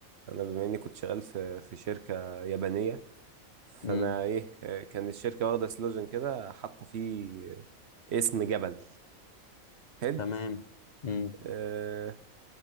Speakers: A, on the right (about 55°); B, on the left (about 40°).
A: انا بما اني كنت شغال في في شركه يابانيه فانا
B: امم
A: ايه آه، كان الشركه واخده سلوجن كده حاطه فيه آه، اسم جبل حلو
B: تمام امم
A: آه،